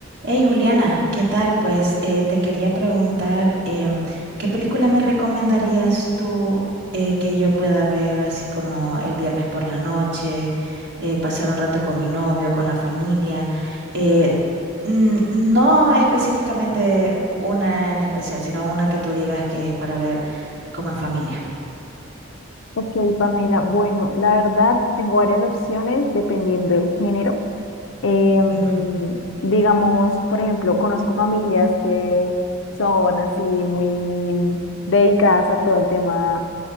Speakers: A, on the right; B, on the left.
A: Hey Juliana, ¿qué tal? Pues eh, te quería preguntar, em, ¿qué película me recomendarías tú eh, que yo pueda ver así como el viernes por la noche, eh, pasar un rato con mi novio, con la familia? Eh, mm, no específicamente una en especial, sino una que tú digas que es para ver como en familia.
B: Ok, Pamela. Bueno, la verdad tengo varias opciones dependiendo del género. Em,
A: Ujú,
B: digamos, por ejemplo, conozco familias que son así muy dedicadas a todo el tema,